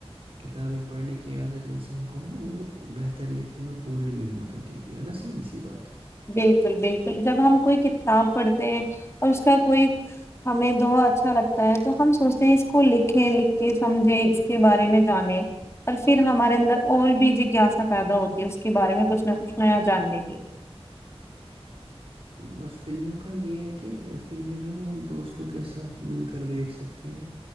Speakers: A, on the right (about 60°); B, on the left (about 25°).
A: کتابیں پڑھنے کی عادت انسان کو نا وہ بہتر لکھنے اور بولنے میں بھی مدد دیتی ہے نا سیدھی سی بات
B: بالکل بالکل جب ہم کوئی کتاب پڑھتے ہیں اور اس کا کوئی ہمیں دا اچھا لگتا ہے تو ہم سوچتے ہیں اس کو لکھیں لکھ کے سمجھیں کے بارے میں جانیں اور پھر ہمارے اندر اور بھی جگاسا پیدا ہوتی ہے اس کے بارے میں کچھ نہ کچھ نیا جاننے کی
A: بس فلموں کا یہ ہے کہ فلمیں جو ہے وہ ہم دوستوں کے ساتھ مل کر دیکھ سکتے ہیں